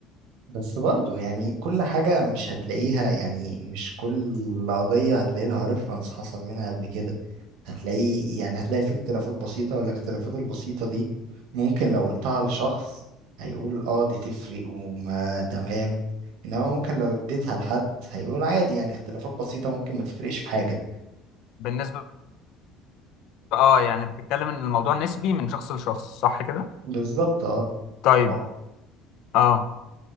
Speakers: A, on the right (about 80°); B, on the left (about 65°).
A: بس برضو يعني كل حاجة مش هتلاقيها يعني مش كل قضية هتلاقي لها ريفرنس حصل منها قبل كده هتلاقي يعني هتلاقي في اختلافات بسيطة والاختلافات البسيطة دي ممكن لو قلتها لشخص هيقول اه دي تفرق وما تمام انما ممكن لو اديتها لحد هيقول عادي يعني اختلافات بسيطة ممكن ما تفرقش في حاجة
B: بالنسبة اه يعني بتتكلم ان الموضوع نسبي من شخص لشخص صح كده
A: بالظبط اه
B: طيب
A: و-
B: اه